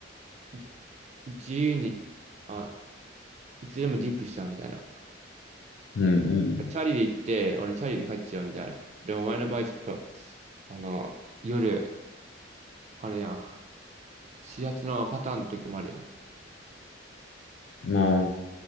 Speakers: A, on the right; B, on the left.
A: い自由に、あいつでもディップしちゃうみたいな。
B: うんうん。
A: チャリで行って、俺チャリで帰っちゃうみたいな。でもお前の場合ちょっと、あの、夜、あれや、指圧のパターンの時もあるやん。
B: まあ、